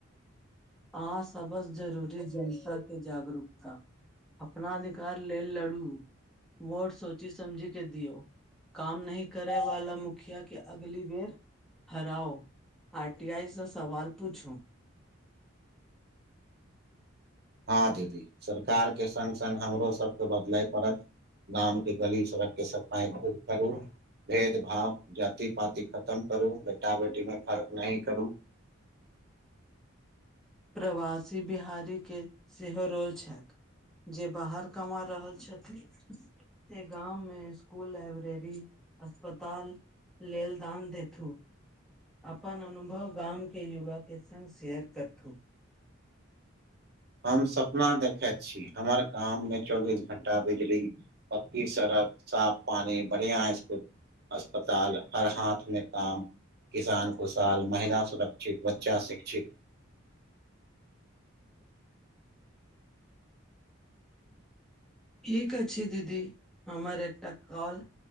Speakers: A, in the centre; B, on the right (about 50°).
A: आ सबस जरूरी जनता के जागरूकता अपना अधिकार लेल लड़ू। वोट सोची समझी के दियौ काम नहि करै वाला मुखिया के अग ली बेर हराउ आर टी आई स सवाल पुछु
B: हँ दीदी सरकारके सङ्ग सङ्ग हमरो सबके बदलय पड़त। गाम के गली, सड़क के सफाई खुद करू भेद भाव, जाति पाति खतम करु बेटा बेटी मे फर्क नहि करु
A: प्रवासी बिहारीके सेहो रोल छैन। जे बाहर कमा रहल छथि जे गाम में स्कूल, लाइब्रेरी, अस्पताल लेल दान देथू। अपन अनुभव गाम के युवा के संग शेयर करथू।
B: हम सपना देखैत छी हमर गाममे चौबीस घंटा बिजली पक्की सड़क, साफ पानी, बढ़िया स्कूल अस्पताल, हर हाथ मे काम किसान खुशहाल, महिला सुरक्षित, बच्चा शिक्षित
A: ठीक अछि दीदी हमर एकटा कॉल